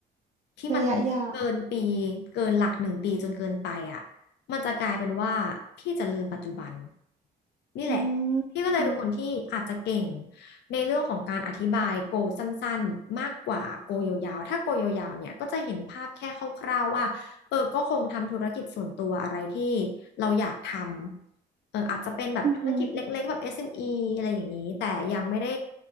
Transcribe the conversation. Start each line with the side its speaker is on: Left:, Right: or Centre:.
Left: ที่มันเกินปี
Right: ระยะยาว
Left: เกินหลักหนึ่งปีจนเกินไปอ่ะมันจะกลายเป็นว่าพี่จะลืมปัจจุบันนี่แหละ
Right: อืม
Left: พี่ก็เลยเป็นคนที่อาจจะเก่ง
Right: อืม
Left: ในเรื่องของการอธิบายโกสั้นๆมากกว่าโกยาวๆ ถ้าโกยาวๆเนี่ยก็จะเห็นภาพแค่คร่าวๆว่า เออก็คงทำธุรกิจส่วนตัวอะไรที่เราอยากทำเอออาจจะเป็นแบบธุรกิจเล็กๆแบบเอ
Right: อืม
Left: m เอมอีอะไรอย่างนี้แต่ยังไม่ได้